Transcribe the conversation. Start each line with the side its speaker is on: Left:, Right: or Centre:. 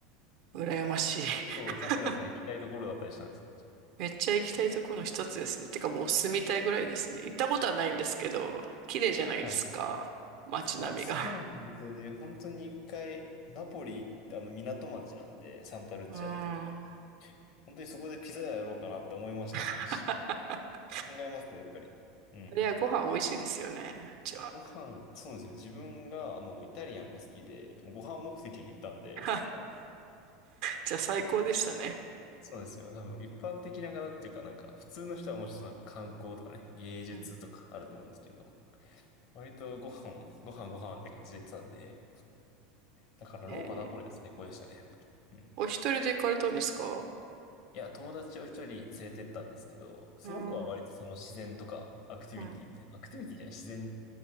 Right: 羨ましい。<laughs>
Left: 結構、さくらさん行きたいところだったりしたんですか
Right: めっちゃ行きたいところの一つですね。てかもう住みたいぐらいですね。行ったことはないんですけど、綺麗じゃないですか。
Left: はい。
Right: 街並みが。
Left: あ、そうなんですよね。本当に一回、ナポリってあの港町なんで、サンタルッチアっていうのが、
Right: うーん。
Left: 本当にそこでピザ屋やろうかなって思いましたもん、
Right: <laughs>
Left: 一瞬。
Right: イ
Left: 考えますね、やっぱり。うんうん。
Right: タリアご飯美味しいですよね。うちは。
Left: ご飯、そうなんですよ。自分が、あの、イタリアンが好きで、もうご飯目的で行ったんで、
Right: <laughs>
Left: なんか、
Right: じゃあ最高でしたね。
Left: そうそうなんですよ。多分、一般的な方っていうか、なんか、普通の人はもうちょっとなんか観光とかね、芸術とかあると思うんですけど、
Right: うん、
Left: 割とご飯、ご飯ご飯って感じで行ってたんで、だからローマ、
Right: えー、
Left: ナポリは最高でしたね、やっぱり。うん。
Right: お一人で行かれたんですか
Left: いや、友達を一人連れてったんですけど、その子は割とその自然とかアクティビティみたいな、
Right: うん、うん。
Left: アクティビティじゃない、自然